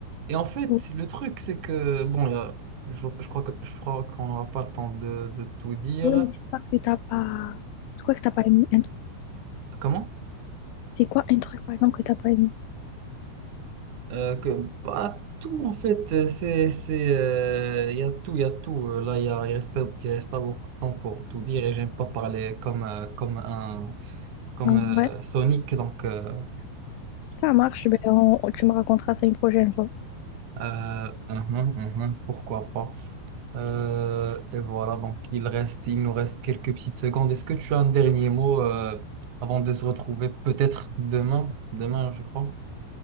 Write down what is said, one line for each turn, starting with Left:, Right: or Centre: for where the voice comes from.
Right: Et en fait,
Left: ouais,
Right: le truc c'est que, bon, euh, je, je crois que, je crois qu'on n'aura pas le temps de, de tout dire.
Left: mais c'est pas que t'as pas. C'est quoi que t'as pas aimé? Un-
Right: Comment?
Left: C'est quoi un truc, par exemple, que t'as pas aimé?
Right: Euh, que, bah, tout en fait, euh, c'est, c'est, euh, il y a tout, il y a tout. Euh, Là, il y a, il reste pas, il reste pas beaucoup de temps pour tout dire et j'aime pas parler comme, euh, comme un, comme
Left: Ah,
Right: euh,
Left: Ouais.
Right: Sonic, donc, euh,
Left: Ça marche, ben on- tu me raconteras ça une prochaine fois.
Right: euh, uhum, uhum, pourquoi pas. Euh, et voilà, donc il reste, il nous reste quelques petites secondes. Est-ce que tu as un dernier mot, euh, avant de se retrouver peut-être demain, demain, je crois.